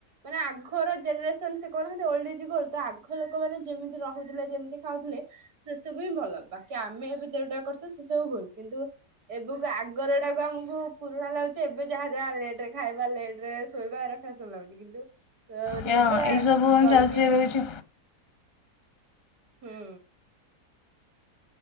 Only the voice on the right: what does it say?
ମାନେ ଆଘର ଜେନେରେସନ୍ ସେ କହୁନାହାନ୍ତି ଓଲ୍ଡ ଇଜ୍ ଗୋଲ୍ଡ ତ ଆଘ ଲୋକମାନେ ଯେମିତି ରହୁଥିଲେ ଯେମିତି ଖାଉଥିଲେ ସେ ସବୁ ହିଁ ଭଲ ବାକି ଆମେ ଏବେ ଯୋଉଟା କରୁଛେ ସେ ସବୁ ଭୁଲ୍। କିନ୍ତୁ ଏବେକୁ ଆଗର ଏଟାକୁ ଆମକୁ ପୁରୁଣା ଲାଗୁଚି ଏବେ ଯାହା ଯାହା ଲେଟ୍ ରେ ଖାଇବା କିବା ଲେଟ୍ ରେ ଶୋଇବା ଆର ଫ୍ୟାସନ୍ ଲାଗୁଛି କିନ୍ତୁ ସରିଗଲେ
ଆ ଜଲଦି
ହୁଁ।